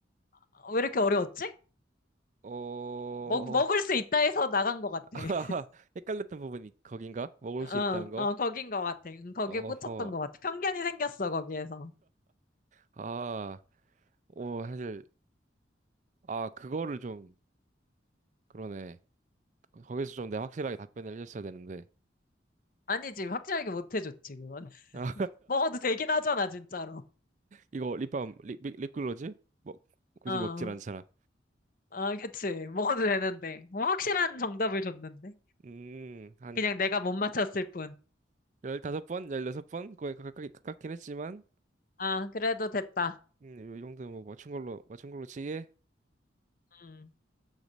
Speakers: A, on the left; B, on the right.
A: 어, 왜 이렇게 어려웠지?
B: 어,
A: 먹, 먹을 수 있다 해서 나간 것 같아.
B: <laughs>
A: <laughs>
B: 헷갈렸던 부분이 거긴가? 먹을
A: 어,
B: 수 있다는 거?
A: 어, 거긴 것 같아. 응, 거기에
B: 어허.
A: 꽂혔던 것 같아. 편견이 생겼어, 거기에서.
B: 아, 오, 사실, 아, 그거를 좀, 그러네. 거기서 좀 내가 확실하게 답변을 해줬어야 되는데.
A: 아니지, 확실하게 못 해줬지, 그건. <laughs>
B: <laughs> 아,
A: 먹어도 되긴 하잖아, 진짜로.
B: 이거 립밤, 립, 립- 립글로즈? 먹, 굳이
A: 어,
B: 먹질 않잖아.
A: 아, 그치. 먹어도 되는데. 뭐 확실한 정답을 줬는데.
B: 음, 한
A: 그냥 내가 못 맞췄을 뿐.
B: 15번, 16번? 거의 가깝, 가깝긴 했지만,
A: 아, 그래도 됐다.
B: 음, 이 정도 뭐 맞춘 걸로 맞춘 걸로 치게.
A: 음,